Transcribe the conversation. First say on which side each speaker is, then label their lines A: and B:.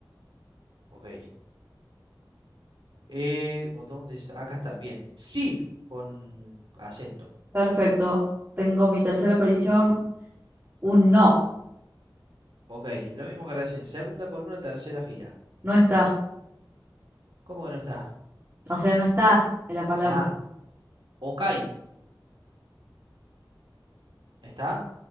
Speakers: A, on the right (about 75°); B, on the right (about 30°).
A: Ok. Eh, ¿o dónde está? Acá está. Bien. Sí. Con acento.
B: perfecto. Tengo mi tercera aparición, un no.
A: Ok. Lo mismo que recién. Segunda columna, tercera fila.
B: No está,
A: ¿Cómo que no está?
B: o sea, no está en la palabra.
A: Ah. Ok. ¿Está?